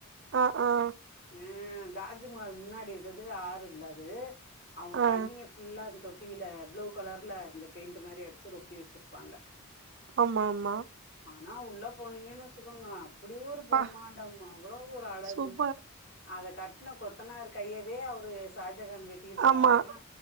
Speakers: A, on the right; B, on the left.
A: அ ஆ
B: அஹ் தாஜ்மஹால் முன்னாடி இருக்கிறது ஆறு இல்லாது அவங்க
A: ஆ
B: தண்ணிய ஃபுல்லாது தொட் குட்டியூல ப்ளூ கலர்ல இந்த பெயிண்ட் மாரி அடிச்சு ரொப்பி வச்சிருப்பாங்க
A: ஆமா ஆமா
B: நா உள்ள போனீங்கன்னு வச்சுக்கோங்க அப்டி ஒரு பிரம்மாண்டம்
A: பா
B: அவ்ளோ ஒரு அழகு
A: சூப்பர்
B: அத கட்ன கொத்தனார் கையவே அவரு சாத் ஜகன் வெட்டியிருக்குறாருன்னா
A: ஆமா